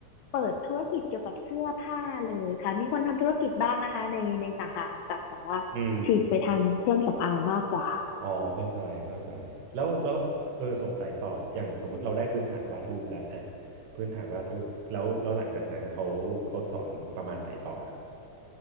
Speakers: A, on the left; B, on the right.
A: เปิดธุรกิจเกี่ยวกับเสื้อผ้าเลยค่ะมีคนทำธุรกิจบ้างนะคะในในสาขาของตักแต่ว่าฉีกไปทางเครื่องสำอางมากกว่า
B: อืมอ๋อเข้าใจเข้าใจแล้วแล้วเออสงสัยต่ออย่างสมมติเราได้พื้นฐานวาดรูปแล้วอะพื้นฐานวาดรูปแล้วแล้วหลังจากนั้นเขาเขาสอนประมาณไหนต่อครับ